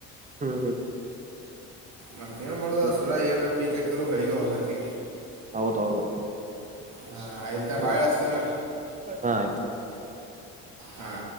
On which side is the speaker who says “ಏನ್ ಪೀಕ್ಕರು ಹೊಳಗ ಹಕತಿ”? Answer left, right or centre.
Right